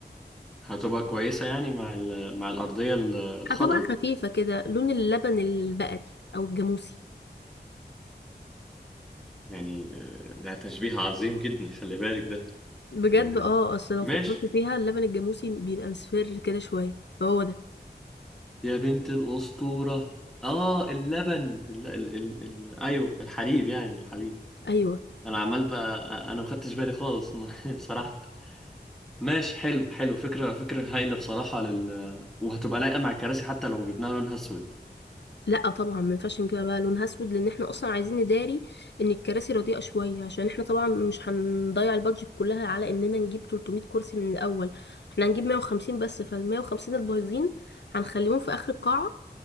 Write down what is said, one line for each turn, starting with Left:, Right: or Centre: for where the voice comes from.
Centre: هتبقى كويسة يعني مع ال... مع الأرضية ال- الخضراء
Left: هتبقى خفيفه كده لون اللبن البقري او الجاموسي
Centre: يعني آه، ده تشبيه عظيم جدا خلي بالك ده
Left: بجد
Centre: يعني
Left: اه اصل لو
Centre: ماشي
Left: فكرت فيها اللبن الجاموسي بيبقى مصفر كده شويه فهو ده
Centre: يا بنت الأسطورة اه اللبن ال... ال... ال... ال... ايوه الحليب يعني الحليب
Left: ايوه
Centre: انا عمال بقى انا ما خدتش بالي خالص <laughs> صراحة ماشي حلو حلو فكرة فكرة هايلة بصراحة لل وهتبقى لايقة مع الكراسي حتى لو جبناها لونها اسود
Left: لا طبعا ما ينفعش نجيبها بقى لونها اسود لان احنا اصلا عايزين نداري ان الكراسي رديئه شويه عشان احنا طبعا مش هنضيع البادجت كلها على اننا نجيب 300 كرسي من الاول احنا هنجيب 150 بس فال 150 البايظين هنخليهم في اخر القاعه